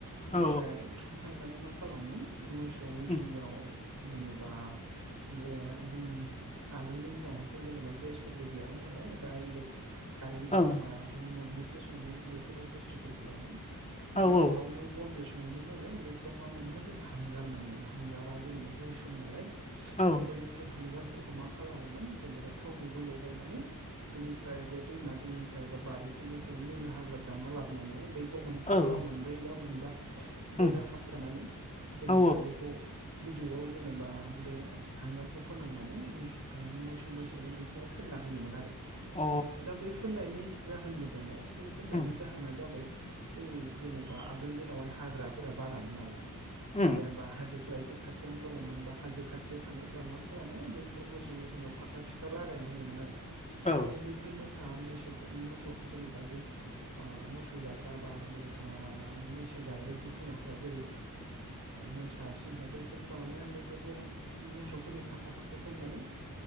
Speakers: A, on the right; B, on the left.
A: ओमफ्राय
B: औ
A: थुखैखांनानै मा खालामोमोन मोसौ मैसोनियाव
B: उम
A: जेनेबा बा बे जों आगोलनि दिनावहायथ' जेनेबा गेसफोरबो गैयामोन नालाय बा इले कारेन्टजों
B: औ
A: बा बिदिनो मोब्लिबजों संनाय बेफोर बुस्थु गैयामोन
B: औ
A: बे अरावनो बनजों सं बेफ्राव मा मोनोमोन जों हांगार मोनोमोन हांगारा जेनेबा गोसोम नालाय
B: औ
A: बैफोर हांगारफोर फोरखौ मा खालामोमोन जेनेबा थाव गुबै लगायनानै बेनिफ्राय बे दैमा जोंनिफ्राय ए बा बारि फोरनिफ्राय नोलो हाग्रा दानना लाबोनानै बेखौ मोनथाम
B: औ
A: बा मोनब्रै बा मोनबा
B: उम
A: बजा खाबथानानै जेनेबा
B: औ
A: बेखौ बिजौआव जेनेबा बे हांगारखौ फोनांनानै मोसौ मैसोनि बिखौङाव फोन फोनना होयोमोन आरो
B: अ
A: दा बै फोननायनि जाहोनबो दङ बे फोननायनि
B: उम
A: जाहोना जाबाय जेनेबा आगोलनि दिनावहाय हाग्राफोरा बारामोन नालाय
B: उम
A: बे बा हाजोफोरा एसे खाथियावनो दङमोन बा हाजो खाथियाव थानायफोरा मा खालामो बैफोर फोर मोसौ मैसौनाव फाख्रा सिखरा लागायना होयोमोन आरो जाहाथे
B: ओ
A: बैफोर मोसा मै मोसौ जेनेबा बै मोसौ जाग्रा बा बे मैसो जाग्रा जिब जुनारफोरा जेरै मोस दासिमाव बैफोर थारमाने बैफोरखौ मोसौफोरनि फाख्रा फाख्रिखौ नुनानै